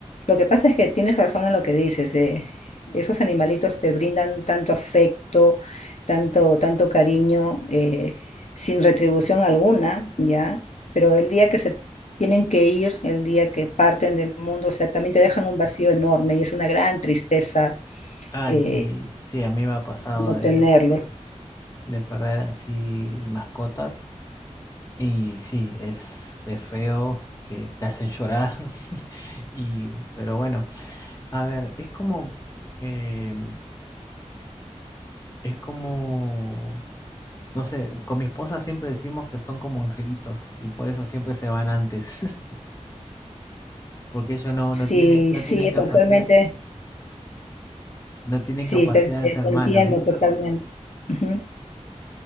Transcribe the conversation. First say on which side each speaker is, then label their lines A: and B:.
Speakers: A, on the left; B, on the left.
A: Lo que pasa es que tienes razón en lo que dices, eh, esos animalitos te brindan tanto afecto, tanto, tanto cariño, eh, sin retribución alguna, ya, pero el día que se tienen que ir el día que parten del mundo, o sea, también te dejan un vacío enorme y es una gran tristeza
B: Ay,
A: eh,
B: sí, sí, a mí me ha pasado
A: no
B: de,
A: tenerlos.
B: de perder así mascotas y sí, es, es feo, que te hacen llorar <laughs> y, pero bueno, a ver, es como, eh, es como, no sé, con mi esposa siempre decimos que son como angelitos y por eso siempre se van antes, <laughs> porque ellos no,
A: Sí,
B: no tienen, no
A: sí,
B: tienen capacidad,
A: totalmente,
B: No tienen
A: sí,
B: capacidad
A: te, te-
B: de ser
A: te
B: malos,
A: entiendo
B: ¿viste?
A: totalmente. Ujú.